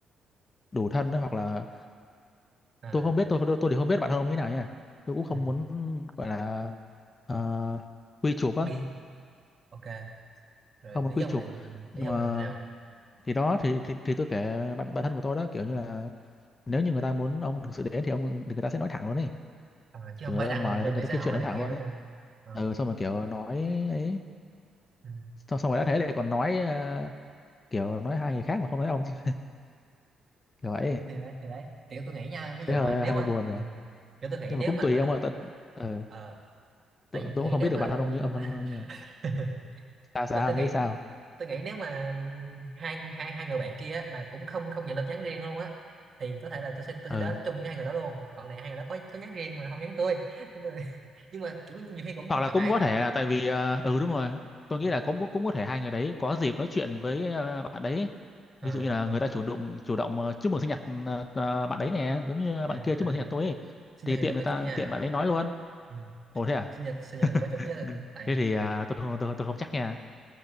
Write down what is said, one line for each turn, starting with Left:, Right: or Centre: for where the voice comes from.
Left: đủ thân ấy, hoặc là
Right: à
Left: tôi không biết tôi tôi thì không biết bản thân ông như thế nào nha tôi cũng không
Right: ừ.
Left: muốn gọi là ờ, quy chụp á
Right: đi ok rồi
Left: không muốn
Right: ý
Left: quy
Right: ông
Left: chụp
Right: là
Left: nhưng
Right: ý ông
Left: mà
Right: là như nào
Left: thì đó thì thì, thì tôi kể bạn bạn thân của tôi đó kiểu như là nếu như người ta muốn ông thực sự đến thì ông thì người ta sẽ nói thẳng luôn ấy
Right: à, chứ
Left: kiểu
Right: không phải
Left: người
Right: đăng
Left: ta mời
Right: bên
Left: người
Right: mạng
Left: ta
Right: xã
Left: kiếm
Right: hội
Left: chuyện nói
Right: này
Left: thẳng
Right: kia
Left: luôn
Right: đúng
Left: ấy
Right: không à,
Left: ừ, xong rồi kiểu nói ấy
Right: ừ.
Left: xong, xong rồi đã thế lại còn nói ờ, kiểu nói hai người khác mà không nói ông chứ kiểu vậy ấy.
Right: thì đấy thì đấy kiểu tôi nghĩ nha ví dụ
Left: thế hơi
Right: mà nếu
Left: hơi
Right: mà
Left: buồn nhỉ
Right: ừ. kiểu tôi nghĩ
Left: nhưng
Right: nếu
Left: mà cũng
Right: mà
Left: tùy
Right: gọi
Left: ông
Right: là
Left: ơi tận ờ
Right: ờ, tại
Left: tôi,
Right: vì
Left: tôi
Right: tôi
Left: cũng
Right: nghĩ
Left: không
Right: nếu
Left: biết được
Right: mà
Left: bạn thân ông như ông thân ông như là
Right: <laughs>
Left: sao sao
Right: tại tôi
Left: nghĩ
Right: nghĩ
Left: sao
Right: tôi nghĩ nếu mà hai hai hai người bạn kia á, mà cũng không không nhận được nhắn riêng luôn á thì có thể là tôi sẽ tôi
Left: ờ
Right: sẽ đến chung với hai người đó luôn còn này hai người đó có có nhắn riêng mà không nhắn tôi <laughs> Nên là- nhưng mà kiểu nhiều khi cũng
Left: hoặc
Right: không
Left: là
Right: phải
Left: cũng có thể là tại vì ờ, ừ đúng rồi tôi nghĩ
Right: ừ.
Left: là cũng cũng có thể hai người đấy có dịp nói chuyện với ờ, bạn đấy ấy. ví
Right: à,
Left: dụ như là
Right: còn
Left: người ta chủ động chủ động ờ, chúc mừng sinh nhật ờ, ờ, bạn đấy nè giống như
Right: à,
Left: bạn
Right: à,
Left: kia chúc mừng sinh nhật tôi ấy.
Right: sinh
Left: thì
Right: nhật
Left: tiện
Right: thì tôi
Left: người
Right: có
Left: ta
Right: chút nha
Left: tiện bạn ấy nói luôn
Right: ừ.
Left: ồ thế à
Right: sinh nhật sinh nhật thì tôi có chút
Left: <laughs>
Right: chứ tại
Left: thế thì à, tôi không tôi, tôi không chắc nha